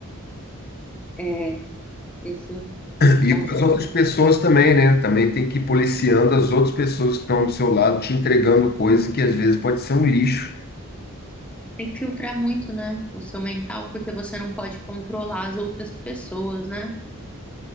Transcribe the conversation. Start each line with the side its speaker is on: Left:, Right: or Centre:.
Centre: É, isso.
Left: E
Centre: Com
Left: com
Centre: certeza.
Left: as outras pessoas também, né? Também tem que ir policiando as outras pessoas que estão do seu lado, te entregando coisas que às vezes pode ser um lixo.
Centre: Tem que filtrar muito, né, o seu mental, porque você não pode controlar as outras pessoas, né?